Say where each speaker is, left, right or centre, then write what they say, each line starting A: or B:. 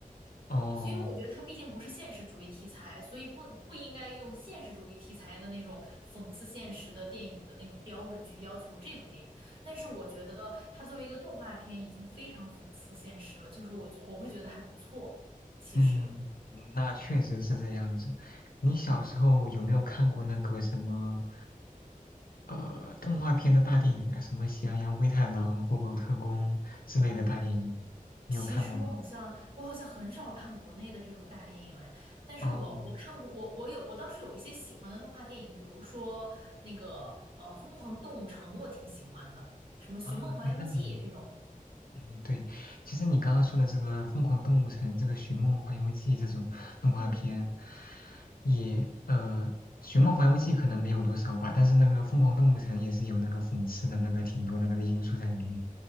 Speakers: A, on the left; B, on the right.
A: 哦，
B: 因为我觉得它毕竟不是现实主义题材，所以不不应该用现实主义题材的那种讽刺现实的电影的那种标准去要求这部电影。但是我觉得它作为一个动画片，已经非常讽刺现实了，就是我我会觉得还不错。其实，
A: 嗯，那确实是这样子。你小时候有没有看过那个什么？呃动画片的大电影啊，什么《喜羊羊灰太狼》《国宝特工》之类的大电影，你有看过吗？
B: 其实我好像我好像很少看国内的这种大电影哎，但是我我看过我我有我倒是有一些喜欢的动画电影，
A: 哦，
B: 比如说那个呃《疯狂动物城》，我挺喜欢的，什么《寻梦环游记》这种。
A: 啊，对，那个很多。嗯，对，其实你刚刚说的这个《疯狂动物城》、这个《寻梦环游记》这种动画片，
B: 嗯，
A: 也呃，《寻梦环游记》可能没有多少吧，但是那个《疯狂动物城》也是有那个讽刺的那个挺多的那个因素在里面，